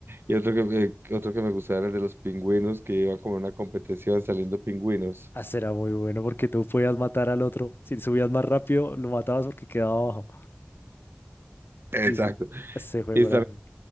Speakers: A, on the right; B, on the left.
A: Y otro que, me- otro que me gustaba era el de los pingüinos, que iban como en una competición saliendo pingüinos.
B: Ah, será muy bueno porque tú podías matar al otro. Si subías más rápido, lo matabas porque quedaba abajo.
A: <laughs> Exacto.
B: Sí, sí. Ese juego
A: Y
B: era. muy-